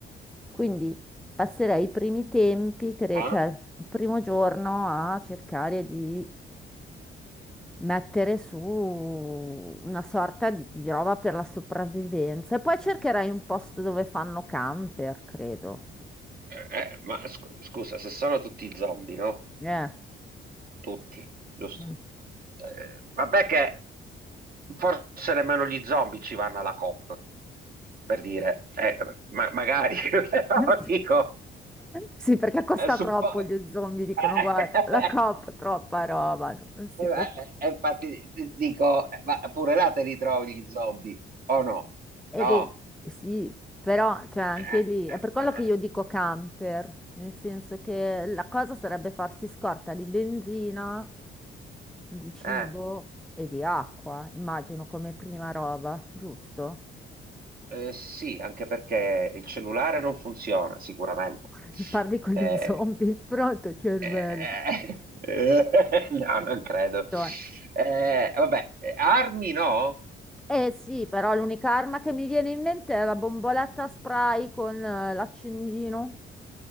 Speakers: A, in the centre; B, on the right (about 50°).
A: Quindi passerei i primi tempi, cre-
B: ah?
A: cioè il primo giorno a cercare di mettere su una sorta di, di roba per la sopravvivenza. E poi cercherai un posto dove fanno camper, credo.
B: Eh, eh, ma scu- scusa, se sono tutti zombie, no?
A: Eh.
B: Tutti, giusto?
A: mm.
B: Eh, vabbè che forse nemmeno gli zombie ci vanno alla COP, per dire. Eh, ma magari, <laughs> però
A: <laughs>
B: dico...
A: Sì, Sì, perché costa
B: eh, suppo-
A: troppo gli zombie, dicono,
B: eh,
A: guarda,
B: <laughs>
A: la COP, troppa roba, non si
B: Eh, ma-
A: può fare.
B: eh, eh, infatti eh, dico, eh, ma pure là te li trovi gli zombie, o no?
A: E
B: No.
A: beh, sì, però cioè, anche
B: Eh,
A: lì
B: eh,
A: è per quello
B: eh,
A: che io dico camper, nel senso che la cosa sarebbe farsi scorta di benzina, di cibo
B: eh.
A: e di acqua, immagino come prima roba, giusto?
B: Eh, sì, anche perché il cellulare non funziona, sicuramente.
A: <laughs> Parli con
B: Eh,
A: gli zombie, <laughs> pronto cervello.
B: eh, <laughs> eh, no, non credo.
A: Madonna.
B: Eh, vabbè, eh, armi no?
A: Eh sì, però l'unica arma che mi viene in mente è la bomboletta a spray con eh, l'accendino.